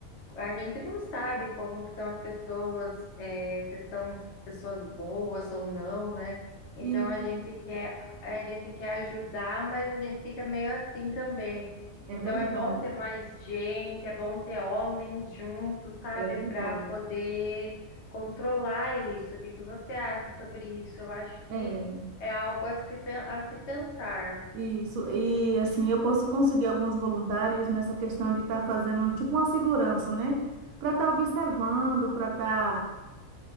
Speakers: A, on the left; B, on the right.
A: A gente não sabe como que são as pessoas, eh, se são pessoas boas ou não, né? Então
B: E
A: a gente quer, a gente quer ajudar, mas a gente fica meio assim também.
B: é
A: Então
B: verdade,
A: é bom ter mais gente, é bom ter homens junto, sabe?
B: é verdade.
A: Para poder controlar isso. O que que você acha sobre isso? Eu acho que
B: é
A: é algo a se, pen- a se pensar.
B: Isso, e assim, eu posso conseguir alguns voluntários nessa questão de estar fazendo tipo uma segurança, né? Para estar observando, para estar